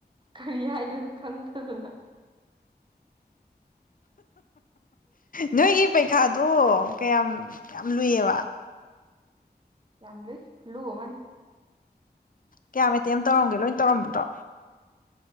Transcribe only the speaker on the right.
ꯀꯔꯤ ꯍꯥꯏꯗꯣꯏꯅꯣ ꯈꯪꯗꯗꯅ
ꯌꯥꯝ ꯂꯨꯏ ꯂꯨꯃꯅꯤ